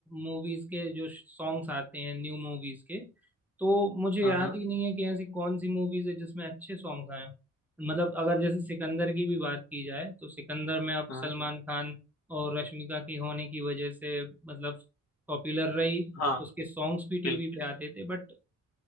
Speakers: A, in the centre; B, on the left (about 60°).
A: मूवीज के जो सॉन्ग्स आते हैं न्यू मूवीज के तो मुझे
B: हाँ
A: याद
B: हाँ
A: ही नहीं है कि ऐसी कौन सी मूवीज है जिसमें अच्छे सॉन्ग्स आए हैं। मतलब अगर जैसे सिकंदर की भी बात की जाए तो सिकंदर में अब
B: हाँ
A: सलमान खान और रश्मिका की होने की वजह से मतलब पॉपुलर रही
B: हाँ
A: उसके सॉन्ग्स भी टीवी
B: बिल्कुल
A: पे आते थे बट